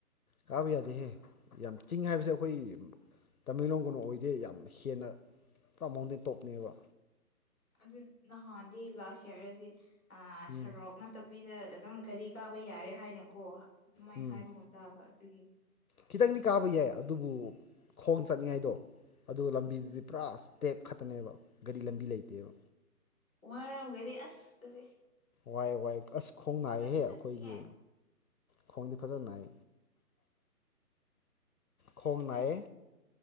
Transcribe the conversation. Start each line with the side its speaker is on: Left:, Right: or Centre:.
Left: ꯀꯥꯕ ꯌꯥꯗꯦꯍꯦ ꯌꯥꯝ ꯆꯤꯡ ꯍꯥꯏꯕꯁꯦ ꯑꯩꯈꯣꯏ ꯇꯥꯃꯦꯡꯂꯣꯡꯒꯨꯝꯅ ꯑꯣꯏꯗꯦ ꯌꯥꯝ ꯍꯦꯟꯅ ꯄꯨꯔꯥ ꯃꯥꯎꯟꯇꯦꯟ ꯇꯣꯞꯅꯦꯕ
Centre: ꯑꯗꯨ ꯅꯍꯥꯟꯗꯤ ꯂꯥꯁ ꯏꯌꯥꯔꯗꯗꯤ
Left: ꯎꯝ
Centre: ꯁꯔꯣꯛ ꯅꯠꯇꯕꯤꯗ ꯈꯤꯇꯪ ꯒꯦꯔꯤ ꯀꯥꯕ ꯌꯥꯔꯦ ꯍꯥꯏꯅꯀꯣ ꯑꯗꯨꯃꯥꯏꯅ
Left: ꯎꯝ
Centre: ꯍꯥꯏꯕꯒꯨꯝ ꯇꯥꯕ ꯑꯗꯨꯒꯤ
Left: ꯈꯤꯇꯪꯗꯤ ꯀꯥꯕ ꯌꯥꯏ ꯑꯗꯨꯕꯨ ꯈꯣꯡ ꯆꯠꯅꯤꯡꯉꯥꯏꯗꯣ ꯑꯗꯨ ꯂꯝꯕꯤꯗꯨꯗꯤ
Centre: ꯎꯝ
Left: ꯄꯨꯔꯥ ꯇꯦꯞ ꯈꯛꯇꯅꯦꯕ ꯒꯥꯔꯤ ꯂꯝꯕꯤ ꯂꯩꯇꯦꯕ
Centre: ꯋꯥꯔꯝꯒꯅꯤ ꯑꯁ ꯑꯗꯨꯗꯤ
Left: ꯋꯥꯏ ꯋꯥꯏ ꯑꯁ ꯈꯣꯡ ꯅꯥꯏꯍꯦ
Centre: ꯆꯠꯇꯤ
Left: ꯑꯩꯈꯣꯏꯒꯤ
Centre: ꯆꯠꯅꯤꯡꯉꯦ
Left: ꯈꯣꯡꯗꯤ ꯐꯖꯅ ꯅꯥꯏ ꯈꯣꯡꯅꯥꯏꯌꯦ